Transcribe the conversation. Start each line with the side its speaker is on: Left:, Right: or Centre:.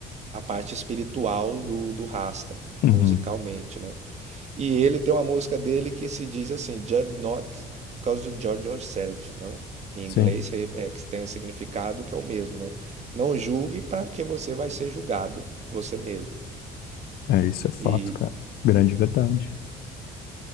Right: a parte espiritual do, do Rasta,
Left: Uhum.
Right: musicalmente, né? E ele tem uma música dele que se diz assim, Judge not, cause you judge yourself, não? Em
Left: Sim.
Right: inglês é, é, que tem significado que é o mesmo, né? Não julgue para que você vai ser julgado, você mesmo.
Left: É, isso é fato,
Right: E
Left: cara. Grande verdade.